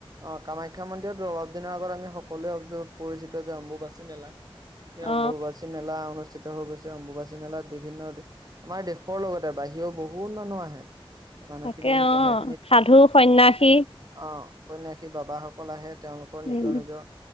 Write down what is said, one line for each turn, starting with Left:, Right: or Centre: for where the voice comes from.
Right: অ কামাখ্যা মন্দিৰত অলপ দিনৰ আগত আমি সকলোৱে পৰিচিত যে অম্বুবাচী মেলা- স
Left: অ
Right: ম বছিমেলা অনুস্থিত হৈ গৈছে অম্বুবাচী মেলাত বিভিন্ন আমাৰ দেশৰ লগতে বাহিৰৰও বহুত মানুহ আহে। মানুহখিনিয়ে
Left: তাকে
Right: সি
Left: অ
Right: কথা
Left: সাধু সন্যাসী
Right: অ সন্নয়াসী বাবা সকল আহে তেওঁলোকৰ
Left: উম
Right: নিজৰ নিজৰ